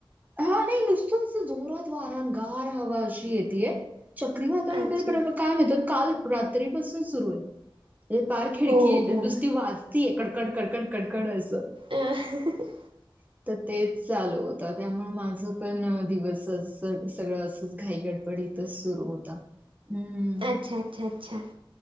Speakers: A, on the right (about 20°); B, on the right (about 75°).
A: हां नाहीं नुसतं नुसतं जोरातं वारा गांर हवा अशी येती ये. चक्रीवादंळ
B: अच्छा
A: वगैरें कायं म्हटलं काल रात्रीपासून सुरू आहे. हे पार खिडकी
B: हो हो.
A: नुसती वाचतीय कडकड कडकड कडकड असं.
B: आ <unintelligible>
A: ह <inaudible> तरं तेचं चालूं होतं त्यामुळें माझं पणं दिवस सगळं असंच घाई गडबडीत तेचं सुरू होता. हम्मं
B: अच्छा! अच्छा! अच्छा!